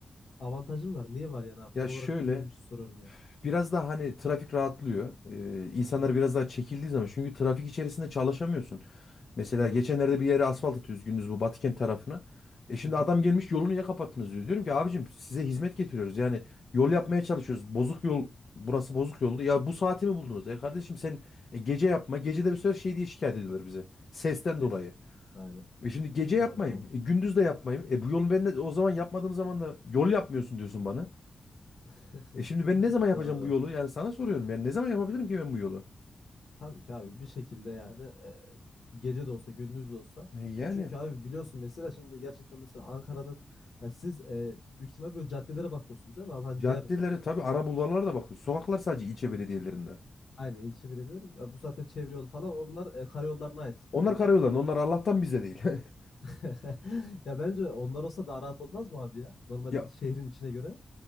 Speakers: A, on the left; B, on the left.
A: avantajım var. Niye var yani abi?
B: Ya
A: Tam
B: şöyle
A: olarak bilmediğim için soruyorum yani.
B: biraz daha hani trafik rahatlıyor. Ee, insanlar
A: Hı hı.
B: biraz daha çekildiği zaman çünkü trafik içerisinde çalışamıyorsun. Mesela
A: Doğru.
B: geçenlerde bir yere asfalt atıyoruz gündüz bu Batıkent tarafına. E şimdi
A: Hı hı.
B: adam gelmiş yolunu niye kapattınız diyor. Diyorum ki abicim size hizmet getiriyoruz. Yani yol yapmaya çalışıyoruz. Bozuk yol burası bozuk yoldu. Ya bu saati mi buldunuz? E kardeşim sen e, gece yapma. Gece de bir sefer şey diye şikayet ediyorlar bize. Sesten
A: Ses.
B: dolayı.
A: Aynen.
B: E şimdi gece yapmayayım.
A: Doğru doğru.
B: E gündüz de yapmayayım. E bu yolu ben de o zaman yapmadığım zaman da yol yapmıyorsun diyorsun bana.
A: <laughs>
B: E şimdi ben ne zaman yapacağım
A: Doğru.
B: bu yolu? Yani sana soruyorum. Yani ne zaman yapabilirim ki ben bu yolu?
A: Tabii ki abi bir şekilde yani e, gece de olsa gündüz de olsa
B: E yani
A: ya çünkü abi biliyorsun mesela şimdi gerçekten mesela Ankara'nın ya siz e, büyük ihtimal böyle caddelere bakıyorsunuz değil mi abi hani
B: caddeleri
A: diğer e,
B: tabii
A: bu
B: ana bulvarlara da bakıyor. Sokaklar sadece ilçe belediyelerinde.
A: aynı ilçe belediyeleri ya bu zaten çevre yolu falan onlar e, karayollarına ait.
B: Onlar
A: E, ya,
B: karayollarında. Onlar Allah'tan bize değil. <laughs>
A: <laughs> ya bence onlar olsa daha rahat olmaz mı abi ya? Normal
B: Ya
A: şehrin içine göre.